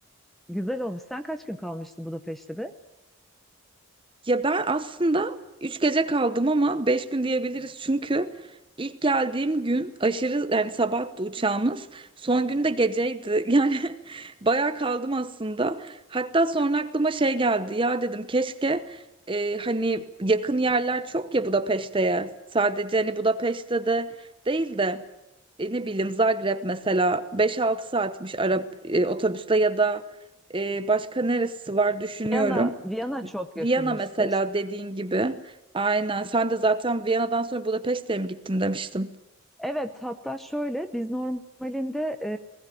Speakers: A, in the centre; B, on the right.
A: Güzel olmuş. Sen kaç gün kalmıştın Budapeşte'de?
B: Ya ben aslında 3 gece kaldım ama 5 gün diyebiliriz çünkü ilk geldiğim gün aşırı yani sabahtı uçağımız. Son gün de geceydi. <laughs> Yani bayağı kaldım aslında. Hatta sonra aklıma şey geldi. Ya dedim keşke e, hani yakın yerler çok ya Budapeşte'ye. Sadece hani Budapeşte de değil de e, ne bileyim Zagreb mesela beş altı saatmiş Arap otobüste ya da e, başka neresi var düşünüyorum.
A: Viyana, Viyana çok
B: Viyana
A: yakın işte.
B: mesela dediğin gibi. Aynen. Sen de zaten Viyana'dan sonra Budapeşte'ye mi gittim demiştin.
A: Evet, hatta şöyle biz normalinde e,